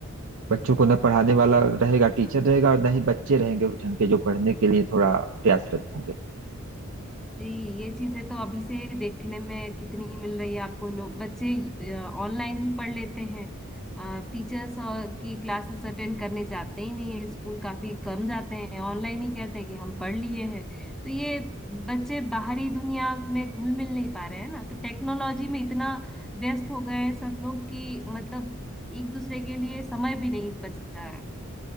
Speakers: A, on the right (about 65°); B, in the centre.
A: बच्चों को न पढ़ाने वाला रहेगा टीचर रहेगा और न ही बच्चे रहेंगे उस ढंग के जो पढ़ने के लिए थोड़ा प्रयासरत होंगे
B: जी ये चीजें तो अभी से देखने में कितनी ही मिल रही है आपको लोग बच्चे ऑनलाइन ही पढ़ लेते हैं टीचर्स और की क्लासेस अटेंड करने जाते ही नहीं है स्कूल काफी कम जाते हैं ऑनलाइन ही कहते हैं कि हम पढ़ लिए हैं तो ये बच्चे बाहरी दुनिया में घुल मिल नहीं पा रहे हैं ना तो टेक्नोलॉजी में इतना व्यस्त हो गए हैं सब लोग कि मतलब एक दूसरे के लिए समय भी नहीं बच रहा है